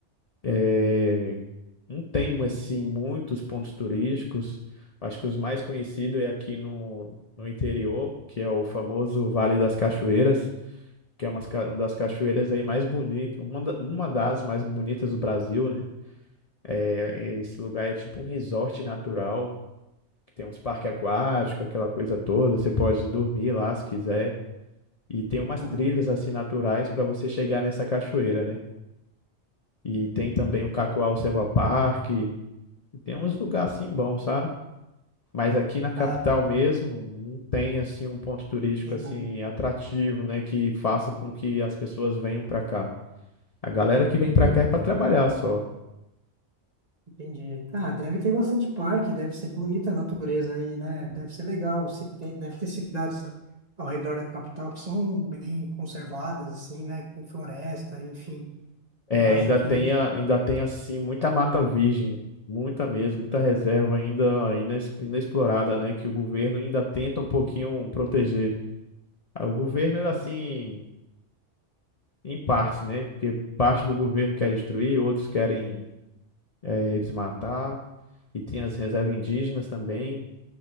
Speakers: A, on the left; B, on the right.
A: É, não tem assim muitos pontos turísticos. Acho que os mais conhecidos é aqui no, no interior, que é o famoso Vale das Cachoeiras, que é uma das cachoeiras aí mais bonitas, uma, da- uma das mais bonitas do Brasil, né? É, esse lugar é tipo um resort natural, que tem uns parques aquáticos, aquela coisa toda. Você pode dormir lá se quiser. E tem umas
B: Uhum.
A: trilhas assim naturais para você chegar nessa cachoeira, né? E tem também o Cacoal Selva Park, E tem uns lugares assim bons, sabe? Mas aqui na capital
B: Ah, legal,
A: mesmo, não tem assim um ponto turístico
B: não tem
A: assim
B: nada.
A: atrativo, né, que faça com que as pessoas venham pra cá. A galera que vem
B: Entendi.
A: pra cá é pra trabalhar só.
B: Entendi. Ah, deve ter bastante parque, deve ser bonita a natureza aí, né? Deve ser legal. Se tem, deve ter cidades ao redor da capital que são bem conservadas, assim, né? Que tem floresta, enfim.
A: É,
B: Eu acho
A: ainda
B: que.
A: tem a- ainda tem assim muita mata virgem, muita mesmo, muita reserva ainda ines- inexplorada, né, que o governo ainda tenta um pouquinho proteger. Ah, O governo assim, em partes, né? Porque parte do governo quer destruir, outros querem eh, desmatar. E tem as reservas indígenas também,